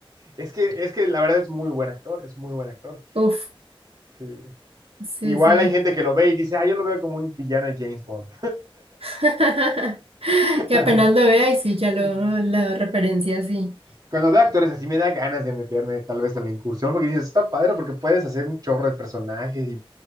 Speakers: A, on the right; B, on the right.
A: Es que, es que la verdad es muy buen actor, es muy buen actor.
B: Uf,
A: Sí.
B: sí,
A: Igual
B: sí.
A: hay gente que lo ve y dice, ah, yo lo veo como un villano de James Bond.
B: <laughs>
A: <laughs>
B: Que apenas lo vea y sí, ya lo,
A: Mm.
B: la referencia sí.
A: Cuando veo actores así me da ganas de meterme tal vez a la incursión porque dices, está padre porque puedes hacer un chorro de personajes y,